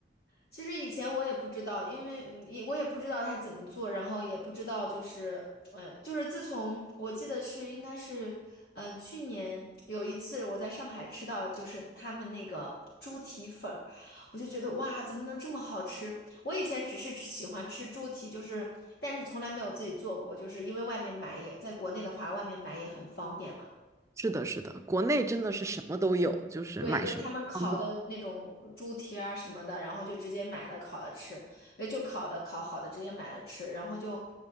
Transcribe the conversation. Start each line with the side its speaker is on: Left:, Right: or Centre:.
Left: 其实以前我也不知道，因为嗯也我也不知道他怎么做，然后也不知道就是，嗯，就是自从我记得是应该是，嗯、去年有一次我在上海吃到就是他们那个猪蹄粉儿我就觉得哇，怎么能这么好吃？我以前只是只喜欢吃猪蹄，就是但是从来没有自己做过，就是因为外面买也在国内的话，外面买也很方便嘛。
Right: 是的，是的，国内真的是什么都有，就是买什么方便。
Left: 对，就是他们烤的那种猪蹄啊什么的，然后就直接买了烤了吃，呃，就烤的烤好的直接买了吃，然后就，